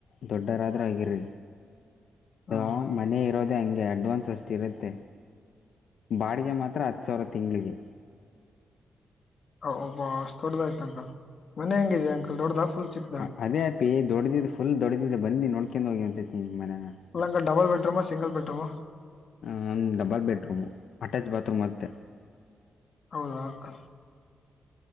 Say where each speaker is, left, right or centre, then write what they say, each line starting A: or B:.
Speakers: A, on the left (about 70°); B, on the left (about 50°).
A: ದೊಡ್ಡರಾದರೂ ಆಗಿರಿ.
B: ಹಾ
A: ಅದೊ
B: ಅಂಕಲ್
A: ಮನೆ ಇರೋದೆೇ ಹಂಗೆ ಅಡ್ವಾನ್ಸ್ ಅಷ್ಟರುತ್ತೆ. ಬಾಡಿಗೆ ಮಾತ್ರ ಹತ್ತು ಸಾವಿರ ತಿಂಗ್ಳಗೆ.
B: ಹಬ್ಬ ಅಷ್ಟ್ ದೊಡ್ಡದಾಯ್ತ ಅಂಕಲ್ ಮನೆ ಹೇಗಿದೆ ಅಂಕಲ್ ದೊಡ್ಡದಾ ಫುಲ್ ಚಿಕ್
A: ಹಾಂ ಅದೇ ಅಪಿ ದೊಡ್ದ ಇದೆ ಫುಲ್ ದೊಡ್ದ ಇದೆ ಬನ್ನಿ ನೋಡ್ಕೊಂಡ ಹೋಗಿ ಒನ್ಸತಿ ನಿಮ್ಮ ಮನೇನಾ.
B: ಅಲ್ಲ uncle double bed room single bed room ಹಾ.
A: ಹಾ <unintelligible> ಡಬಲ್ ಬೆಡ್ರೂಮು ಅಟ್ಯಾಚ್ ಬಾತ್ರೂಮ್ ಮತ್ತೆ.
B: ಹೌದಾ ಅಂಕಲ್.